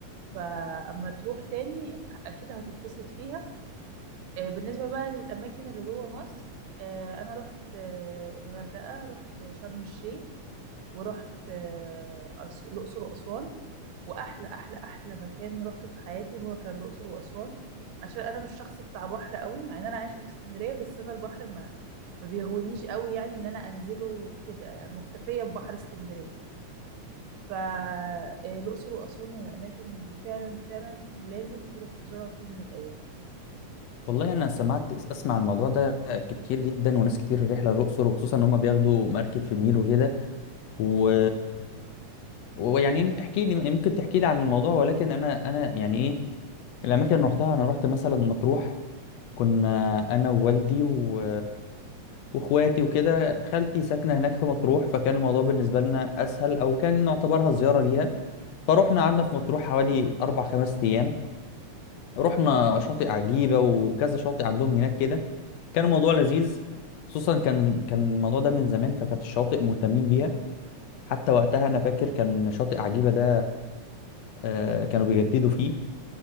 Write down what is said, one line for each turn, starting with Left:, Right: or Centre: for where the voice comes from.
Right: فأما تروح تاني أكيد هتتبسط فيها آه، بالنسبة بقى للأماكن اللي جوه مصر آه، أنا رحت آه، الغردقة رحت شرم الشيخ ورحت آه، أس- الأقصر وأسوان واحلى احلى احلى مكان روحته في حياتي هو كان الاقصر واسوان عشان انا مش شخص بتاع بحر قوي مع ان انا عايشه في اسكندريه بس انا البحر ما ما بيغونيش قوي يعني ان انا انزله وكده يعني مكتفيه ببحر اسكندريه فالاقصر واسوان من الاماكن اللي فعلا فعلا لازم تروح تزورها في يوم من الايام
Left: والله انا سمعت اسمع الموضوع ده كتير جدا وناس كتير الرحله للاقصر وخصوصا ان هم بياخدوا مركب في النيل وكده و ويعني احكي لي ممكن تحكي لي عن الموضوع ولكن انا انا يعني ايه الاماكن اللي رحتها انا رحت مثلا مطروح كنا انا ووالدي و... واخواتي وكده خالتي ساكنه هناك في مطروح فكان الموضوع بالنسبه لنا اسهل او كان نعتبرها زياره ليها فروحنا قعدنا في مطروح حوالي اربع خمس ايام رحنا شاطئ عجيبه وكذا شاطئ عندهم هناك كده كان
Right: مم.
Left: الموضوع لذيذ خصوصا كان كان الموضوع ده من زمان فكانت الشواطئ مهتمين بيها حتى وقتها انا فاكر كان شاطئ عجيبه ده آه، كانوا بيجددوا فيه